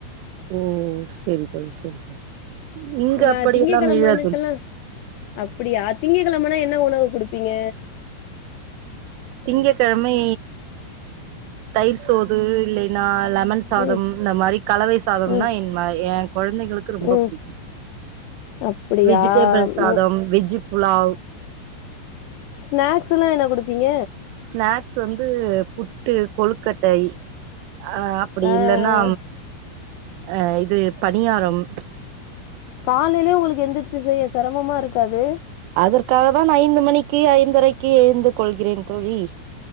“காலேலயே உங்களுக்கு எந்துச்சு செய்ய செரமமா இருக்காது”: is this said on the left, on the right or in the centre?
Left